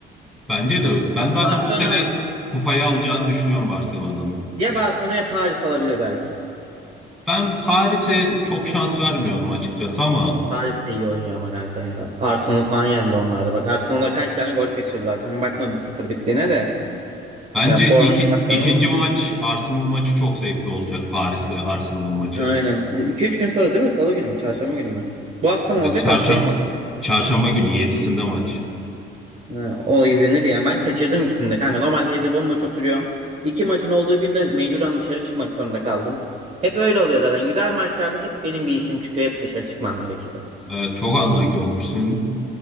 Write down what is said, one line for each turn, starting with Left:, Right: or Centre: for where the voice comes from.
Centre: Bence de ben zaten
Right: Barcelona
Centre: bu sene kupayı alacağını düşünüyorum Barcelona'nın.
Right: ya Barcelona ya Paris alabilir belki.
Centre: Ben Paris'e çok şans vermiyorum açıkçası ama
Right: Paris de iyi oynuyor ama kanka ya. Arsenal falan yendi onlarda. Bak Arsenal'da kaç tane gol kaçırdılar. Sen bakma 1-0 bittiğine de.
Centre: bence
Right: Ya formda
Centre: iki,
Right: Arsenal
Centre: ikinci maç Arsenal maçı çok zevkli olacak Paris'le Arsenal maçı.
Right: aynen. iki üç gün sonra değil mi? Salı günü mü? Çarşamba günü mü? Bu hafta mı olacak?
Centre: Çarşamba,
Right: Haftaya mı olacak?
Centre: çarşamba günü yedisinde maç.
Right: Ha, O izlenir ya. Ben kaçırdım ikisini de kanka. Normalde evde bomboş oturuyorum. İki maçın olduğu günde mecburen dışarı çıkmak zorunda kaldım. Hep öyle oluyor zaten. Güzel maçlarda hep benim bir işim çıkıyor. Hep dışarı çıkmam gerekiyor.
Centre: Ee, çok unlucky olmuşsun.